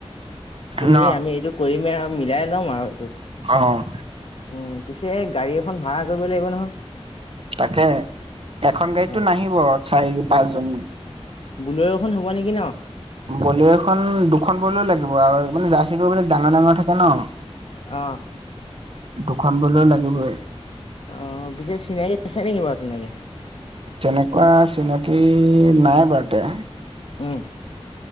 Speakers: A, on the left; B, on the right.
A: তুমি
B: ন
A: আমি এইটো কৰিমে আৰু মিলাই লম আৰু এইটো।
B: অ',
A: উম, পিছে গাড়ী এখন ভাড়া কৰিব লাগিব নহয়।
B: তাকে এখন গাড়ীতটো
A: অ
B: নাহিব চাৰি পাঁচজনী।
A: বুলেৰোখন হব নেকি ন?
B: বোলেৰুখন দুখন বলেৰু লাগিব আৰু মানে জাৰ্চি গৰু বিলাক ডাঙৰ ডাঙৰ থাকে ন?
A: অঁ'
B: দুখন বলেৰু লাগিবই।
A: অ' বিশেষ চিনাকি আছে নেকি বাৰু তেনেকে?
B: তেনেকুৱা চিনাকী নাই বাৰতে।
A: উম,